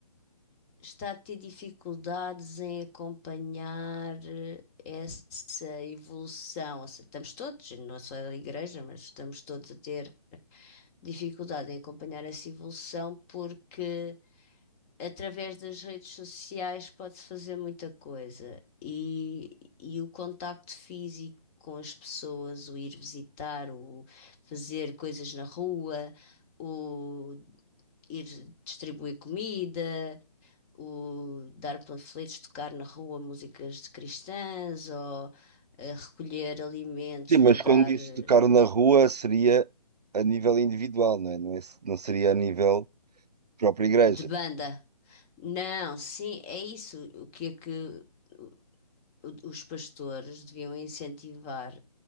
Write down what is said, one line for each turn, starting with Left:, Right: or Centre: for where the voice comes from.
Left: está a ter dificuldades em acompanhar eh, essa evolução. Ou seja, estamos todos, não é só a igreja, mas estamos todos a ter dificuldade em acompanhar essa evolução porque através das redes sociais pode-se fazer muita coisa e, e o contacto físico. Com as pessoas, o ir visitar, o fazer coisas na rua, o ir distribuir comida, o dar panfletos, tocar na rua músicas de cristãs ou eh, recolher alimentos
Right: Sim,
Left: para
Right: mas
Left: dar
Right: quando dizes
Left: eh,
Right: tocar na rua seria a nível individual, não é? Não, é- não seria a nível própria igreja.
Left: de banda. Não, sim, é isso. O que é que o- o- os pastores deviam incentivar